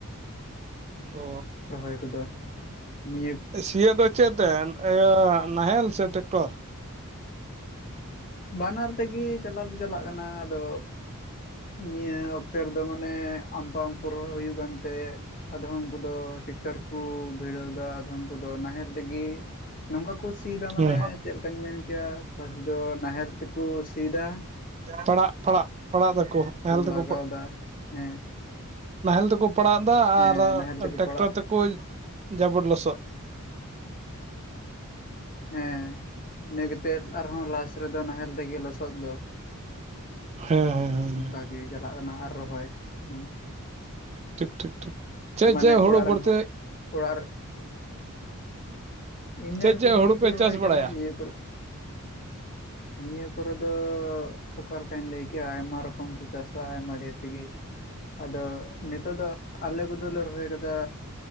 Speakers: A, on the left; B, on the right.
A: ᱾ <inaudible>
B: ᱚ
A: ᱨᱚᱦᱚᱭ ᱠᱚᱫᱚ <inaudible> ᱱᱤᱭᱟᱹ
B: ᱥᱤᱭᱚᱜ ᱫᱚ ᱪᱮᱫ ᱛᱮ ᱤᱭᱟᱹᱻ ᱱᱟᱦᱮᱞ ᱥᱮ ᱴᱮᱠᱴᱚᱨ?
A: ᱵᱟᱱᱟᱨ ᱛᱮᱜᱤ ᱪᱟᱞᱟᱣ ᱫᱚ ᱪᱟᱞᱟᱜ ᱠᱟᱱᱟ ᱾ ᱟᱫᱚ ᱱᱤᱭᱟᱹ ᱚᱠᱛᱮ ᱨᱮᱫᱚ ᱢᱟᱱᱮ ᱟᱢ ᱵᱟᱢ ᱯᱩᱨᱟᱹᱭ ᱦᱩᱭᱩᱜ ᱠᱟᱱᱛᱮ <unintelligible> ᱩᱱᱠᱩ ᱫᱚ ᱴᱮᱠᱴᱟᱨ ᱠᱚ ᱵᱷᱤᱲᱟᱹᱣ ᱮᱫᱟ ᱟᱫᱷᱚᱢ ᱠᱚᱫᱚ ᱱᱟᱦᱮᱞ ᱛᱮᱜᱮ ᱾ ᱱᱚᱝᱠᱟ ᱠᱚ ᱥᱤᱭ ᱮᱫᱟ ᱢᱟᱱᱮ
B: ᱦᱮᱸ
A: ᱪᱮᱫ ᱞᱮᱠᱟᱧ ᱢᱮᱱ ᱠᱮᱭᱟ ᱯᱷᱟᱥᱴ ᱫᱚ ᱱᱟᱦᱮᱞ ᱛᱮᱠᱚ ᱥᱤᱭᱮᱫᱟ ᱾
B: ᱯᱟᱲᱟᱜ ᱯᱟᱲᱟᱜ ᱯᱟᱲᱟᱜ ᱫᱟᱠᱚ ᱱᱟᱦᱮᱞ ᱛᱠᱚ
A: ᱞᱟᱜᱟᱣᱫᱟ ᱦᱮᱸ
B: ᱱᱟᱦᱮᱞ ᱛᱮᱠᱚ ᱯᱟᱲᱟᱜ ᱫᱟ
A: ᱦᱮᱸ
B: ᱟᱨ
A: ᱱᱟᱦᱮᱞ ᱛᱮᱠᱚ
B: ᱴᱮᱠᱴᱚᱨ
A: ᱯᱟᱲᱟᱜ
B: ᱛᱮᱠᱚ ᱡᱟᱵᱚᱫ ᱞᱚᱥᱚᱫ᱾
A: ᱦᱮᱸ ᱤᱱᱟᱹ ᱠᱟᱛᱮᱫ ᱟᱨᱦᱚᱸ ᱞᱟᱥ ᱨᱮᱫᱚ ᱱᱟᱦᱮᱞ ᱛᱮᱜᱮ ᱞᱚᱥᱚᱫ ᱫᱚ᱾
B: ᱦᱮᱸ ᱦᱮᱸ ᱦᱮᱸ
A: ᱵᱷᱟᱜᱮ ᱜᱮ ᱪᱟᱞᱟᱜ ᱠᱟᱱᱟ ᱟᱨ ᱨᱚᱦᱚᱭ ᱦᱩᱸ
B: ᱴᱷᱤᱠ ᱴᱷᱤᱠ ᱴᱷᱤᱠ ᱪᱮᱜ
A: ᱢᱟᱱᱮ
B: ᱪᱮᱜ ᱦᱳᱲᱳ
A: ᱚᱲᱟᱜ ᱨᱮᱱ
B: ᱵᱳᱲᱛᱮ
A: ᱚᱲᱟᱜ ᱨᱮ ᱤᱱᱟᱹ
B: ᱪᱮᱫ
A: ᱠᱚᱜᱮ
B: ᱪᱮᱫ ᱦᱩᱲᱩ
A: ᱠᱚ
B: ᱯᱮ
A: ᱨᱚᱦᱚᱭ
B: ᱪᱟᱥ
A: ᱠᱟᱱᱟ
B: ᱵᱟᱲᱟᱭᱟ
A: ᱱᱤᱭᱟᱹ ᱠᱚᱨᱮ᱾ ᱱᱤᱭᱟᱹ ᱠᱚᱨᱮ ᱫᱚ ᱚᱠᱟᱞᱮᱠᱟᱧ ᱞᱟᱹᱭ ᱠᱮᱭᱟ ᱟᱭᱢᱟ ᱨᱚᱠᱚᱢ ᱜᱮ᱾ ᱪᱟᱥᱟ ᱟᱭᱢᱟ ᱰᱷᱮᱨ ᱛᱮᱜᱮ᱾ ᱟᱫᱚ ᱱᱤᱛᱚᱜ ᱫᱚ ᱟᱞᱮ ᱠᱚᱫᱚᱞᱮ ᱨᱚᱦᱚᱭ ᱟᱠᱟᱫᱟ